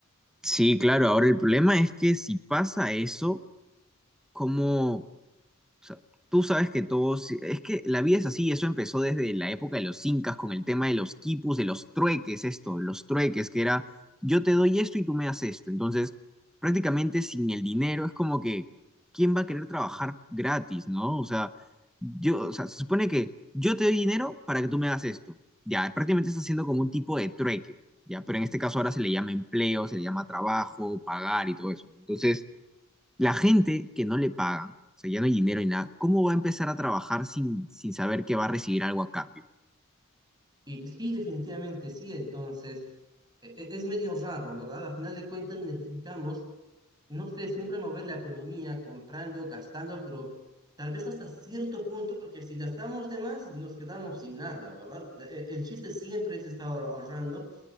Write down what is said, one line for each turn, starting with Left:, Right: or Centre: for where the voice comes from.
Centre: Sí, claro. Ahora el problema es que si pasa eso, ¿cómo? O sea, tú sabes que todos, es que la vida es así, eso empezó desde la época de los incas con el tema de los quipus, de los trueques, esto, los trueques, que era yo te doy esto y tú me das esto. Entonces, prácticamente sin el dinero es como que, ¿quién va a querer trabajar gratis, no? O sea, yo, o sea, se supone que yo te doy dinero para que tú me das esto. Ya, prácticamente está haciendo como un tipo de trueque, ya, pero en este caso ahora se le llama empleo, se le llama trabajo, pagar y todo eso. ¿no? Entonces, la gente que no le pagan, o sea, ya no hay dinero y nada, ¿cómo va a empezar a trabajar sin, sin saber que va a recibir algo a cambio?
Right: Y sí, definitivamente sí, entonces e- e- es medio raro, ¿verdad? A final de cuentas necesitamos, no sé, siempre mover la economía comprando, gastando, pero tal vez hasta cierto punto, porque si gastamos de más nos quedamos sin nada, ¿verdad? La- e- El chiste siempre es estar ahor- ahorrando,